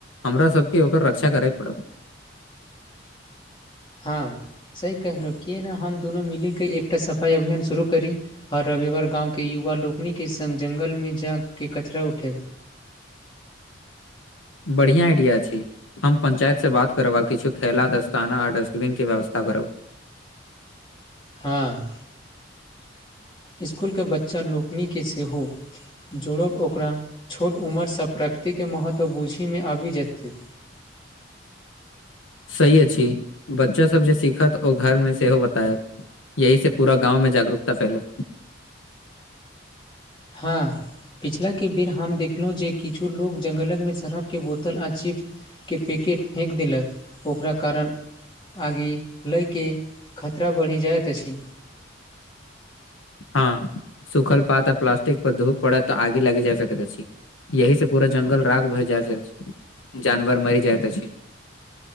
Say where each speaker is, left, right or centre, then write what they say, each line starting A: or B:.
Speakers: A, on the left; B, on the left.
A: हमरा सबके ओकर रक्षा करे पड़त
B: हँ सही कहलहुँ किए नहि हम दुनू मिलिक क एकटा सफाय अभियान शुरू करी हर रविवार गाँव के युवा लोकनि के संग जंगल मे जा के कचराा उठे
A: बढ़िआ आइडिया छै हम पञ्चायत से बात करब आ किछु थैला दस्ताना आ डस्टबिन के व्यवस्था करब
B: हँ स्कूल के बच्चा लोकनी क से हो जोड़ब ओकरा छोट उम्रसँ प्रकतिके महत्व बूँझीमे आबि जेतै
A: सही अछि बच्चा सब जे सिखत ओ घर मे सेहो बतायत यही से पूरा गाँंव मे जागरूकता फैलत
B: हँ पिछलाके बेर हम देखलहुँ जे किछु लो जंगलकमे शराब के बोतल आ चिप्स के पैकेट फेक देलक ओकरा कारण आगे लयके खतरा बढ़ि जाइत अछि
A: हँ सुखल पात आ प्लासटिक पर धूप पड़त त आगे लागि जा सकत अछि यही से पूरा जंगल राख भए जाइत जानवर मरि जाइत अछि